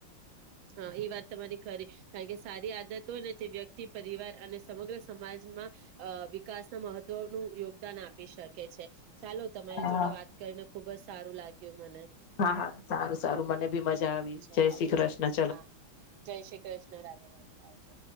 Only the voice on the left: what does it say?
હા.
હા હા સારું સારું મને બી મજા આવી
જય
શ્રી કૃષ્ન.